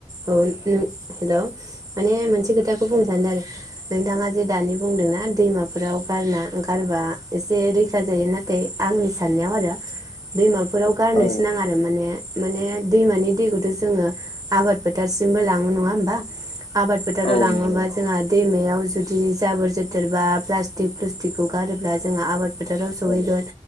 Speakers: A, on the right (about 30°); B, on the left (about 50°).
A: औ नों हेलौ माने मोनसे खोथाखौ बुंनो सानदों आरो नोंथाङा जे दानि बुंदोंना दैमाफोराव गारना गारबा एसे रैखा जायो नाथाय आंनि साननायाव आरो दैमा बेफोराव गारनोसो
B: औ
A: नाङा आरो माने माने दैमानि दैखौथ जोङो आबाद फोथारसिमबो लाङो नङा होमबा आबाद फोथाराव
B: औ
A: लाङोबा
B: नंगौ
A: जोंहा दैमायाव याव जुदि जाबोर जोथोर बा प्लाटिक फ्लुस्टिकखौ गारोब्ला जोंहा आबाद फोथाराव सहैगोन
B: औ